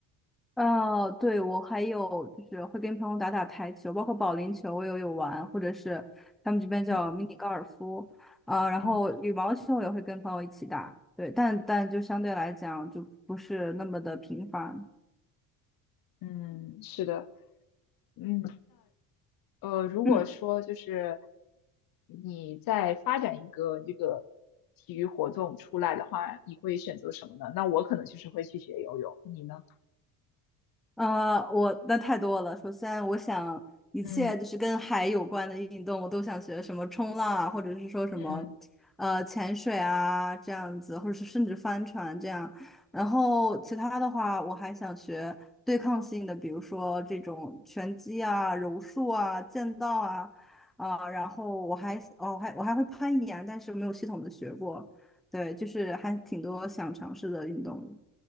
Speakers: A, in the centre; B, on the left.
A: 呃，对，我还有就是会跟朋友打打台球，包括保龄球我也有玩，或者是他们这边叫迷你高尔夫，
B: 嗯
A: 啊、然后羽毛球我也会跟朋友一起打，
B: 嗯
A: 对，但但就相对来讲就不是那么的频繁。
B: 嗯，是的，嗯，呃，如果说就是
A: <clears throat> 嗯。
B: 你在发展一个这个体育活动出来的话，你会选择什么呢？那我可能就是会去学游泳，你呢？
A: 呃，我那太多了。首先，我想一切就是跟海有关的运动，
B: 嗯
A: 我都想学，什么冲浪啊，或者是说什么，
B: 嗯，
A: 呃，潜水啊这样子，或者是甚至帆船这样。然后其他的话，我还想学对抗性的，比如说这种拳击啊、柔术啊、剑道啊，啊、然后我还哦，我还我还会攀岩，但是没有系统的学过。对，就是还挺多想尝试的运动的。